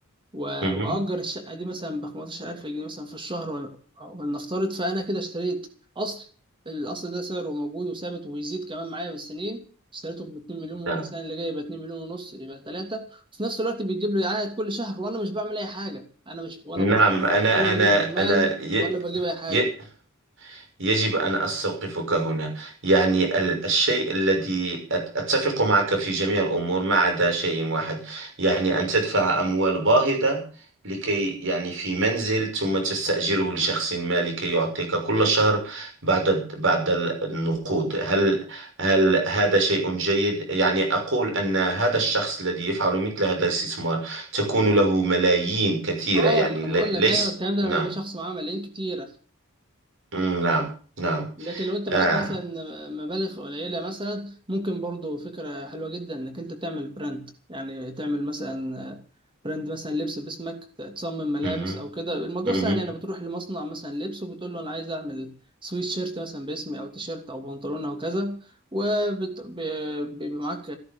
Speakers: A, on the right; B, on the right.
A: و-
B: مهم.
A: واجر الشقه دي مثلا ب 15000 جنيه مثلا في الشهر ول- ولنفترض فانا كده اشتريت اصل الاصل ده سعره موجود وثابت وبيزيد كمان معايا بالسنين اشتريته ب 2 مليون ممكن
B: نعم
A: السنه اللي جايه يبقى 2 مليون ونص يبقى 3 وفي نفس الوقت بيجيب لي عائد كل شهر وانا مش بعمل اي حاجه انا مش ولا
B: نعم
A: بروح
B: أنا
A: ولا
B: أنا
A: بجيب عمال
B: أنا ي...
A: ولا بجيب اي حاجه
B: ي... يجب أن أستوقفك هنا يعني ال- الشيء الذي أت- أتفق معك في جميع الأمور ما عدا شيء واحد يعني أن تدفع أموال باهظة لكي يعني في منزل ثم تستأجره لشخص ما لكي يعطيك كل شهر بعد الد- بعد ال- النقود هل هل هذا شيء جيد؟ يعني أقول أن هذا الشخص الذي يفعل مثل هذا الاستثمار تكون له ملايين كثيرة
A: اه
B: يعني
A: ما انا
B: لي-
A: بقول
B: ليس
A: لك ايوه الكلام ده
B: نعم
A: لما يبقى شخص معاه ملايين كتير
B: مم، نعم نعم
A: لكن لو انت
B: آه.
A: معاك مثلا مبالغ قليله مثلا ممكن برضو فكره حلوه جدا انك انت تعمل براند يعني تعمل مثلا براند مثلا لبس باسمك تصمم ملابس
B: مهم.
A: او كده الموضوع
B: مهم.
A: سهل يعني بتروح لمصنع مثلا لبس وبتقول له انا عايز اعمل سويت شيرت مثلا باسمي او تيشيرت او بنطلون او كذا وبيبقى معاك